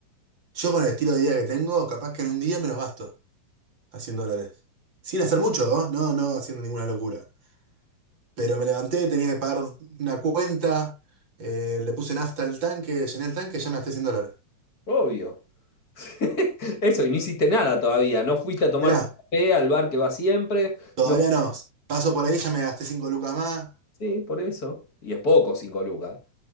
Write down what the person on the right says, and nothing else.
yo con el estilo de vida que tengo, capaz que en un día me los gasto a 100 dólares. Sin hacer mucho, ¿no? No, no haciendo ninguna locura. Pero me levanté, tenía que pagar una cuenta, eh, le puse nafta al tanque, llené el tanque, ya me gasté 100 dólares.
De nada,
todavía
no. Paso por ahí, ya me gasté 5 lucas más.